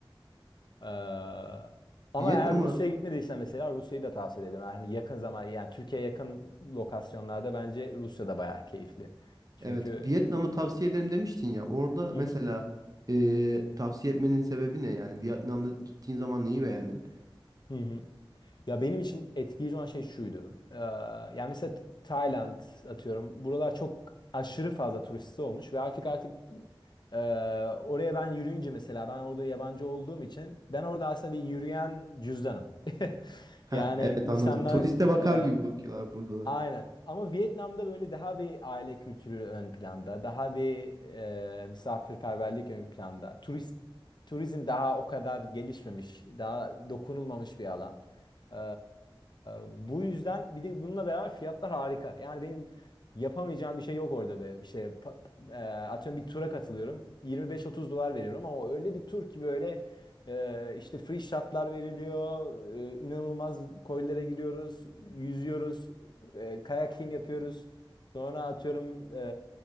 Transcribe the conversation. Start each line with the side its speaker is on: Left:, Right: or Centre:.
Left: e, ama
Right: Vietnam'ı
Left: eğer Rusya'ya gitmediysen mesela Rusya'yı da tavsiye ederim. Yani yakın zaman yani Türkiye'ye yakın lokasyonlarda bence Rusya da bayağı keyifli. Çünkü
Right: evet Vietnam'ı tavsiye ederim demiştin ya. Orada
Left: e,
Right: mesela
Left: Hı hı.
Right: e, tavsiye etmenin sebebi ne? Yani Vietnam'da gittiğin zaman neyi beğendin?
Left: Hı hı. Ya benim için etkileyici olan şey şuydu. Ee, yani mesela Tayland atıyorum. Buralar çok aşırı fazla turisti olmuş ve artık artık e, oraya ben yürüyünce mesela ben orada yabancı olduğum için ben orada aslında bir yürüyen cüzdanım.
Right: Heh,
Left: Yani
Right: evet
Left: insanlar
Right: anladım. Turiste bakar
Left: e,
Right: gibi bakıyorlar burada
Left: Aynen. Ama Vietnam'da böyle daha bir aile kültürü ön planda, daha bir e, misafirperverlik ön planda. Turist turizm daha o kadar gelişmemiş, daha dokunulmamış bir alan. Ee, bu yüzden bir de bununla beraber fiyatlar harika. Yani benim Yapamayacağım bir şey yok orada be. İşte pa- e, atıyorum bir tura katılıyorum. 25-30 dolar veriyorum ama o öyle bir tur ki böyle e, işte free shotlar veriliyor. E, inanılmaz koylara giriyoruz, yüzüyoruz, e, kayaking yapıyoruz. Sonra atıyorum e,